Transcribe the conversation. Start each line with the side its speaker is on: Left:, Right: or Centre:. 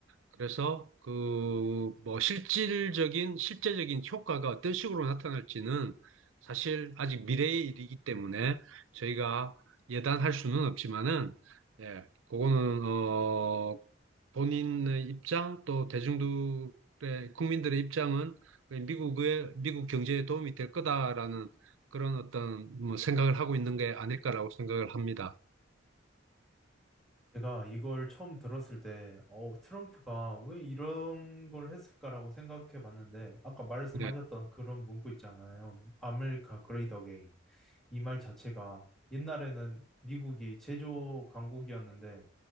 Right: 그래서 그 뭐 실질적인 실제적인 효과가 어떤 식으로 나타날지는 사실 아직 미래의 일이기 때문에 저희가 예단할 수는 없지만은 예, 그거는 어 본인의 입장 또 대중들의 국민들의 입장은 그 미국의 미국 경제에 도움이 될 거다라는 그런 어떤 뭐 생각을 하고 있는 게 아닐까라고 생각을 합니다.
Centre: 제가 이걸 처음 들었을 때, 어, 트럼프가 왜 이런 걸 했을까라고 생각해 봤는데, 아까 말씀하셨던
Right: 네.
Centre: 그런 문구 있잖아요. 아메리카 그레이트 어게인. 이 말 자체가 옛날에는 미국이 제조 강국이었는데,